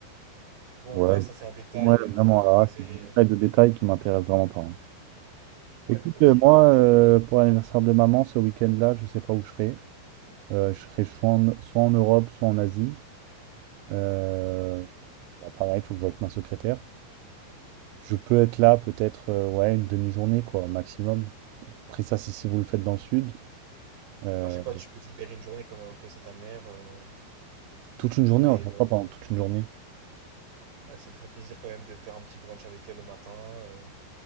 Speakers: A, on the right (about 55°); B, on the right (about 85°).
A: Bon,
B: Ouais,
A: bref, ça c'est un détail,
B: ouais,
A: euh,
B: vraiment. Alors
A: j'enverrai.
B: là, c'est du détail
A: euh,
B: de détail qui m'intéresse vraiment pas. hein.
A: Ouais,
B: Écoute,
A: ok,
B: euh, moi,
A: mais du
B: euh,
A: coup,
B: pour l'anniversaire de maman, ce week-end-là, je sais pas où je serai. Euh, je serai soit en, soit en Europe, soit en Asie. Euh, bah, pareil, il faut que je joue avec ma secrétaire. Je peux être là peut-être euh, ouais, une demi-journée, quoi, maximum. Après ça, c'est si vous le faites dans le sud. Euh,
A: enfin je sais pas, tu peux te libérer une journée quand même un peu, c'est ta mère, euh,
B: toute une
A: ça
B: journée,
A: fait...
B: on va faire
A: euh,
B: ça pendant toute une journée.
A: Ah, Ça lui ferait plaisir quand même de faire un petit brunch avec elle le matin, euh,